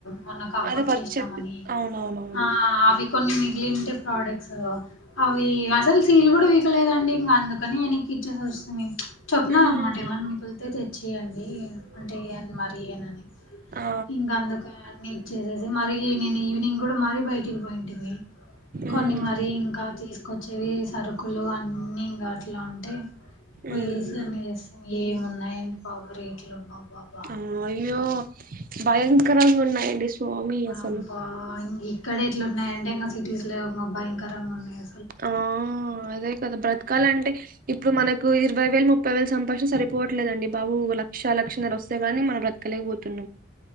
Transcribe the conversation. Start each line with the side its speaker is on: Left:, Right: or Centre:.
Left: మొన్న కబోర్డ్స్
Right: అదే వర్క్
Left: చేసినామని
Right: చెప్పి అవునవునవును
Left: ఆ అవి కొన్ని మిగిలింటే ప్రోడక్ట్స్ అవి అసల్ సీల్ కూడా వీకలేదండి ఇంగ అందుకని వెనక్కి ఇచ్చేసి వచ్చినం ఇ చెప్పిన
Right: ఉమ్,
Left: అన్నమాట ఏమన్నా మిగుల్తే తెచ్చియండి అంటే ఏ అన్ మరీ ఇయ్యనని
Right: ఆ
Left: ఇంకా అందుకే అన్ని ఇచ్చేసేసి మరి నిన్ను ఈవినింగ్ కూడా మరీ బయటికి పోయింటివి
Right: ఉమ్
Left: కొన్ని మరి ఇంకా తీసుకొచ్చేవి సరుకులు అన్ని ఇంగా అట్లా అంటే పోయేసి
Right: ఉమ్
Left: అన్ని ఏమున్నాయండి బాబు రేట్లు అబ్బాబ్బ
Right: ఆ అయ్యో భయంకరంగా ఉన్నాయండి స్వామి అసలు
Left: అబ్బా ఇక్కడ ఇట్లు ఉన్నాయి అంటే ఇంకా సిటీస్ లో ఇంగ భయంకరంగా ఉన్నాయా
Right: ఆ అదే కదా బ్రతకాలంటే ఇప్పుడు మనకు ఇరవై వేలు ముప్పై వేలు సంపాదించిన సరిపోవట్లేదండి బాబు లక్ష లక్షన్నర వస్తే కానీ మనం బ్రతకలేకపోతున్నాం